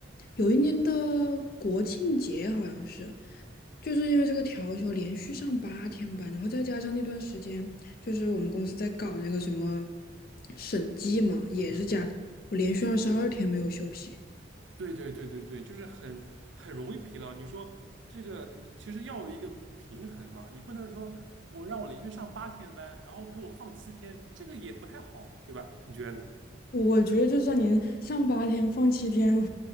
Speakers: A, on the left; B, on the right.
A: 有一年的国庆节好像是，
B: 嗯
A: 就是因为这个调休连续上八天班，然后再加上那段时间，就是我们公司在搞那个什么审计嘛，也是加，
B: 嗯，
A: 我连续二十二天没有休息。
B: 对对对对对，就是很很容易疲劳。你说这个，你其实要有一个平衡嘛，你不能说我让我连续上八天班，然后给我放七天，这个也不太好，对吧？你觉得呢？
A: 我觉得就算您上八天放七天，我